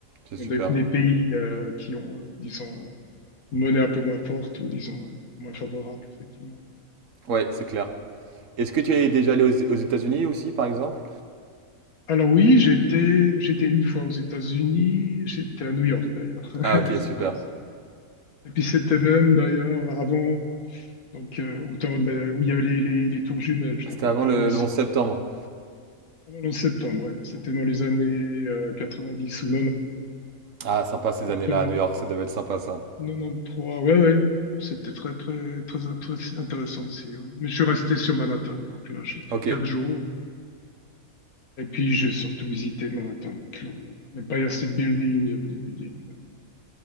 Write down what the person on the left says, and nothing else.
Dans des, des pays euh, qui ont, euh, disons, euh, une monnaie un peu moins forte ou, disons, euh, moins favorable, effectivement.
Alors oui, j'étais j'étais une fois aux États-Unis, j'étais à New York d'ailleurs, <laughs>
ça passe. Et puis c'était même d'ailleurs avant, donc euh, au temps de la- où il y avait les, les, les tours jumelles, j'ai
encore
pu
aller sur-
pendant le septembre, ouais. C'était dans les années euh, dix ou
90.
93, ouais, ouais. C'était très, très, très, très intéressant aussi. ouais. Mais je suis resté sur Manhattan. Donc là, j'étais
quatre jours. Et puis, j'ai surtout visité Manhattan. Donc, le- l'Empire State Building, il y avait les buildings. le